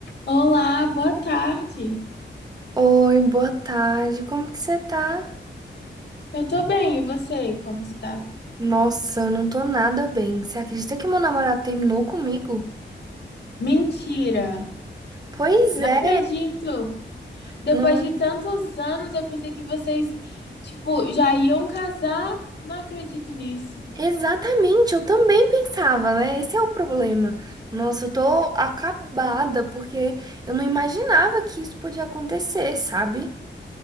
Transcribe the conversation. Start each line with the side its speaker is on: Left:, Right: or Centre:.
Left: Olá, boa tarde.
Right: Oi, boa tarde. Como que você tá?
Left: Eu tô bem, e você? Como que você tá?
Right: Nossa, eu não tô nada bem. Você acredita que meu namorado terminou comigo?
Left: Mentira!
Right: Pois
Left: Não
Right: é,
Left: acredito! Depois
Right: não...
Left: de tantos anos, eu pensei que vocês, tipo, já iam casar. Não acredito nisso.
Right: Exatamente, eu também pensava, né? Esse é o problema. Nossa, eu tô acabada porque eu não imaginava que isso podia acontecer, sabe?